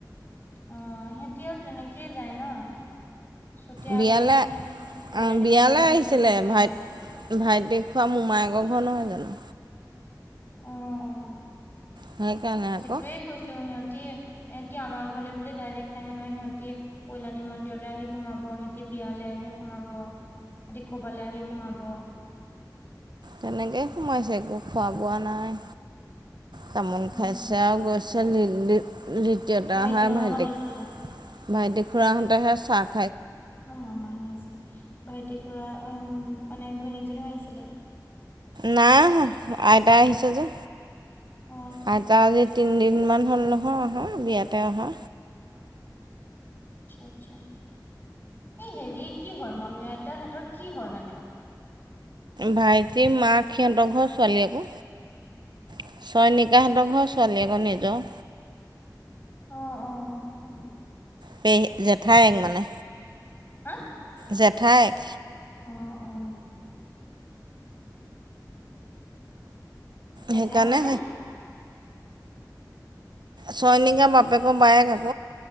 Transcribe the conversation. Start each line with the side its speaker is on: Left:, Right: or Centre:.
Left: অ সিহঁতিও তেনেকেই যায় ন চতিয়া
Right: বিয়ালৈ
Left: আলহী খিনি কল্যাণী
Right: বিয়ালৈ
Left: মন্দিৰলৈ
Right: আহিছিলে
Left: গৈ লৈ পেলাই
Right: ভাইট
Left: যায়
Right: ভাইটি খোৱা মোমায়েকৰ ঘৰ নহয় জানো
Left: অ অ
Right: সেইকাৰণে আকৌ
Left: সেইটোৱে কৈছো সিহঁত এতি এহতি আমাৰ ঘৰলৈ বুলি ডাইৰেক্ট নাহে নহয় সিহঁতি কল্যাণী মন্দিৰলৈ আহি সোমাব সিহতি বিয়ালৈ আহি সোমাব সিহতি কবালৈ আহি সোমাব
Right: তেনেকেই সোমাইছে একো খোৱা বোৱা নাই তামোল
Left: উম
Right: খাইছ আৰু গৈছ <unintelligible> দ্বিতীয়তা
Left: ভাইটি
Right: আহা
Left: মামাহঁত
Right: ভাইটিক
Left: আহিছিলে
Right: ভাইটিক খুৰা হঁতে হে চাক
Left: অ মামাহে হৈছে ভাইটি খুৰা উ মানে ঘৈণীকজনীও আহিছিলে
Right: নাই আইতা আহিছে যে
Left: অ
Right: আইতা আজি তিনিদিনমান হ'ল নহয় অহা বিয়াতে অহা
Left: আচ্ছা আচ্ছা এ হেৰি কি হয় মামি আইতা সতৰ কি হয় মানে
Right: ভাইটি মা সিহঁতৰ ঘৰ ছোৱালী আকৌ ছয়নিকাহঁতৰ ঘৰ ছোৱালী আকৌ নিজৰ
Left: অ অ অ
Right: পে জেঠায়েক মানে
Left: হা
Right: জেঠাইক
Left: অ অ জেঠাই
Right: সেইকাৰণে
Left: মানে
Right: ছয়নিকা বাপে ক বায়েক আক